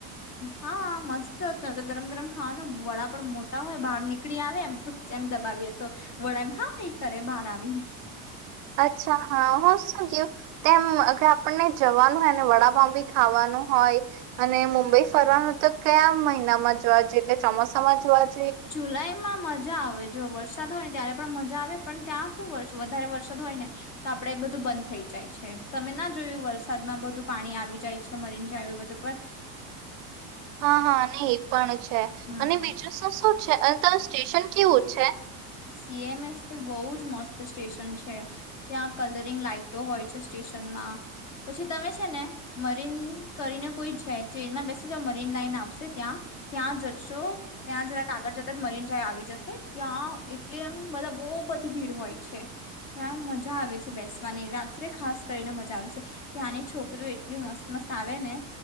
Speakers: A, on the left; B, on the right.
A: હા મસ્ત તો તો ગરમ ગરમ ખાવાના વડા પણ મોટા હોય બહાર નીકળી આવે એમ તો. જેમ દબાવીએ તો વડા એમ હાય કરે બહાર આવીને.
B: અચ્છા હા હ શું થયું તેમ અગર આપણને જવાનું હોય ને વડાપાવ બી ખાવાનું. હોય અને મુંબઈ ફરવાનું તો કયા મહિનામાં જોવા જઈએ એટલે ચોમાસામાં જોવાય.
A: જુલાઈ માં મજા આવે જો વરસાદ હોય ને ત્યારે. પણ મજા આવે પણ ત્યાં શું વરસે વધારે વરસાદ હોય ને તો આપડે એ બધું બંધ થઈ જાય છે તમે ના જોયુ. ય વરસાદમાં બધું પાણી આવી જાય છે મરીનડ્રાઇવ પર.
B: હા હા ને એ પણ છે
A: હમ
B: અને બીજું શુ શું છે તે સ્ટેશન કેવું છે.
A: સીએમએસ તો બહુ જ મસ્ત સ્ટેશન છે ત્યાં કલરીંગ લાાઈટો હોય છે સ્ટેશનમાં. ના. પછી તમે છે ને મરીન કરીને કોઈ છે ટ્રેનમાં બેસે જ મરીન લાઈન આવશે ત્યાં. ત્યાં જશો ત્યાં જરા કાગળ જતા મરીન જાય આવી જશે ત્યાં. એટલે એમ બધા બહુ બધી ભીડ હોય છે. ત્યાં મજા આવે છે બેસવાની રાત્રે ખાસ કરીને મજા આવે છે ત્યાંની છોકરીઓ એટલી મસ્ત મસ્ત. આવે ને